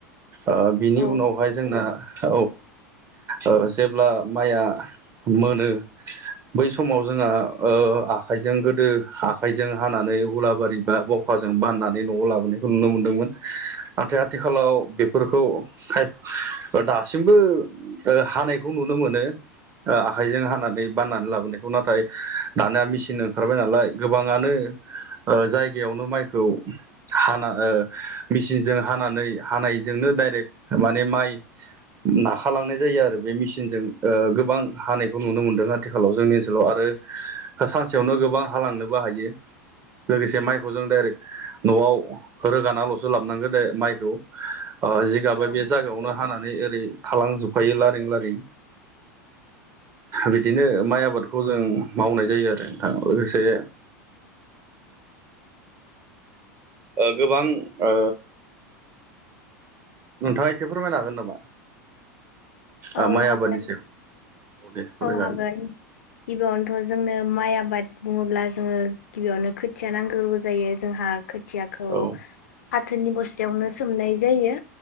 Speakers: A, on the right; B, on the left.
A: ओ बिनि
B: औ
A: उनाव ओ औ ओ जेब्ला माइया मोनो बै समाव जोंहा ओ आखाइजों गोदो आखाइजों हानानै हुलाबारि बा बाव खाजों बाननानै न'आव लाबोनायखौ नुनो मोनदोंमोन नाथाय आथिखालाव बेफोरखौ खाय दासिमबो ओ हानायखौ नुनो मोनो ओ आखाइजों हानानै बाननानै लाबोनायखौ नाथाय दानिया मेसिन ओंखारबाय नालाय गोबाङानो ओ जायगायावनो माइखौ हाना ओ मेसिनजों हानानै हानायजोंनो डाइरेक्ट माने माइ नाखालांनाय जायो आरो बे मेसिनजों ओ गोबां हानायखौ नुनो मोनदों आथिखालाव जोंनि ओनसोलाव आरो सानसेयावनो गोबां हालांनोबो हायो लोगोसे माइखौ जों डाइरेक्ट न'आव रोगानााल'सो लाबोनांगौ दे माइखौ ओ जिगाबो
B: औ
A: बे जागायावनो हानानै ओरै थालांजोबफायो लारिं लारिं बिदिनो माइ आबादखौ जों मावनाय जायो आरो नोंथां लोगोसे ओ गोबां ओ नोंथाङा एसे फोरमायनो हागोन नामा
B: औ
A: आ माइ
B: हागोन
A: आबादनि सायाव दे फोरमाय
B: औ
A: जागोन
B: हागोन
A: दे
B: गिबियावनोथ' जोंनो माइ आबाद बुङोब्ला जोङो। गिबियावनो खोथिया नांगौ जायो जोंहा खोथियाखौ
A: औ
B: फाथोनि बस्था यावनो सोमनाय जायो